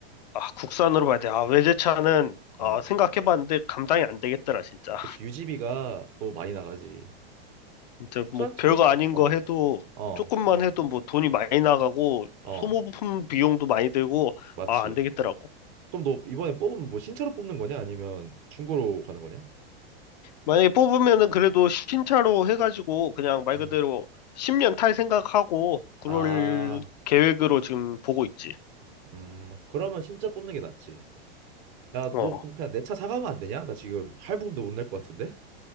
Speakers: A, on the left; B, on the right.
A: 아, 국산으로 봐야 돼. 아, 외제차는
B: 어,
A: 아, 생각해봤는데 감당이 안 되겠더라, 진짜.
B: 그렇지. 유지비가 너무 많이 나가지.
A: 진짜
B: 국산차도
A: 뭐 별거
B: 부산,
A: 아닌
B: 어,
A: 거 해도
B: 어,
A: 조금만 해도 뭐 돈이 많이 나가고
B: 어,
A: 소모품 비용도 많이 들고
B: 맞지.
A: 아, 안 되겠더라고.
B: 그럼 너 이번에 뽑으면 뭐 신차로 뽑는 거냐? 아니면 중고로 가는 거냐?
A: 만약에 뽑으면은 그래도 신차로 해가지고 그냥 말
B: 음,
A: 그대로 10년 탈 생각하고 그럴
B: 아,
A: 계획으로 지금 보고 있지.
B: 음, 그러면 신차 뽑는 게 낫지. 야,
A: 어.
B: 너 그냥 내 차 사가면 안 되냐? 나 지금 할부금도 못 낼 것 같은데?